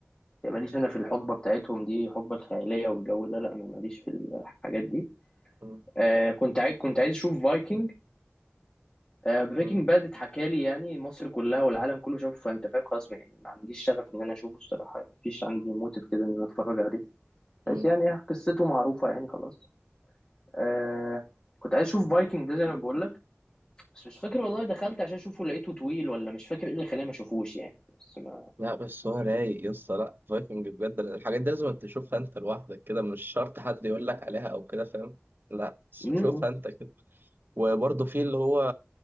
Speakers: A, on the left (about 20°); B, on the right (about 60°).
A: يعني ماليش انا في الحقبه بتاعتهم دي الحقبه الخياليه والجو ده لا انا ماليش في الحاجات دي
B: مم.
A: آه كنت عايز كنت عايز اشوف فايكنج آه بريكنج
B: مم.
A: باد اتحكى لي يعني مصر كلها والعالم كله شافه فانت فاهم خلاص ما- يعني ما عنديش شغف ان انا اشوفه الصراحه يعني مفيش عندي موتيف كده ان انا اتفرج عليه
B: مم.
A: بس يعني قصته معروفه يعني خلاص آه كنت عايز اشوف فايكنج ده زي ما بقول لك بس مش فاكر والله دخلت عشان اشوفه لقيته طويل ولا مش فاكر ايه اللي خلاني ما اشوفوش يعني بس ما
B: لا بس هو رايق يا اسطى لا فايكنج بجد الحاجات دي لازم انت تشوفها انت لوحدك كده مش شرط حد يقول لك عليها او كده فاهم؟ لا بس
A: م-
B: شوفها
A: م.
B: انت كده. وبرضه في اللي هو